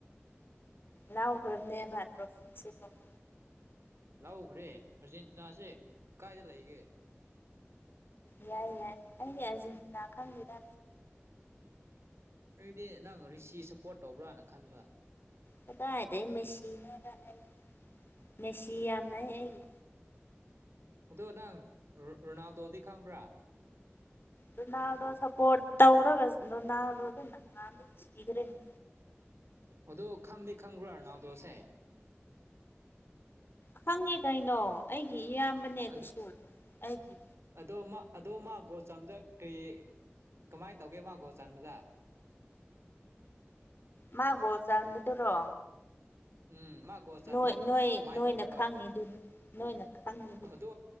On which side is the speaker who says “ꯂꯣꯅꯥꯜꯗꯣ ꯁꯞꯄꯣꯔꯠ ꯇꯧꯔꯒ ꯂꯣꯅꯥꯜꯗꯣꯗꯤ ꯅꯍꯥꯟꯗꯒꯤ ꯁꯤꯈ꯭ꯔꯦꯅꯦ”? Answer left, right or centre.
Left